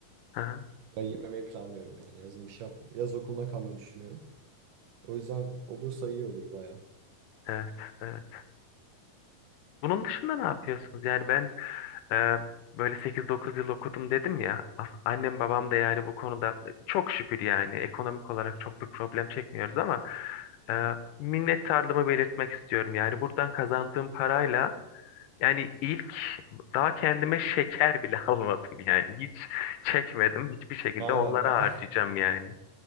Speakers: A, on the left (about 75°); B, on the right (about 75°).
A: Hı hı.
B: Ya girmemeyi planlıyorum yani. Yazın bir şey yap. Yaz okuluna kalmayı düşünüyorum. O yüzden olursa iyi olur baya.
A: Evet. Evet. Bunun dışında ne yapıyorsunuz? Yani ben Ee, böyle sekiz dokuz yıl okudum dedim ya. As- Annem babam
B: Hı.
A: da yani bu konuda çok şükür yani ekonomik olarak çok bir problem çekmiyoruz ama e, minnettarlığımı belirtmek istiyorum. Yani buradan kazandığım parayla yani ilk daha kendime şeker bile <laughs> almadım yani. Hiç çekmedim. Hiçbir şekilde
B: Aynen.
A: onlara
B: <laughs>
A: harcayacağım
B: a-
A: yani.